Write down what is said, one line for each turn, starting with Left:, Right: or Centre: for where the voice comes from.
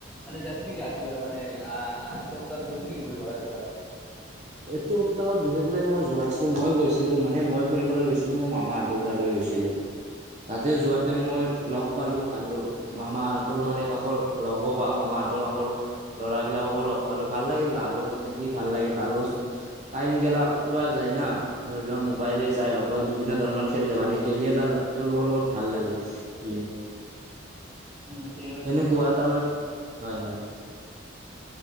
Centre: মানে যাইছিল নেকি আজি মানে আহ এইটো সপ্তাহত গৈছিল নেকি ঘূৰিব কাৰণে ক'ৰবাত?
Right: এইটো সপ্তাহত বিশেষ লৈ মই যোৱা নাছিলোঁ মই গৈছিলোঁ মানে মই ফুৰিবলৈ গৈছিলোঁ মোৰ মামাহঁ তালৈ গৈছিলোঁ। তাতে যোৱাতে মই লগ পালোঁ ভাল মামাহঁতৰ মানে কাষৰ লগ বা মামাহঁতৰ কাষৰ ল'ৰা বিলাককো লগ পালোঁ ভাল লাগিল ল'ৰাৰ লগত থাকি ভাল লাগিল। তালচ টাইম গেলা কতোৱা যায় না। ধৰি লোৱা মোবাইলে চাই হওঁক বা বিভিন্ন ধৰণৰ খেল ধেমালি খেলিয়ে তা ল' তেওঁলোকৰ লগত ভাল লাগে। লে,
Centre: উম, ঠিক আছে
Right: সেনেকুৱা
Centre: ঠিক আছে।
Right: তামা হয় হয়।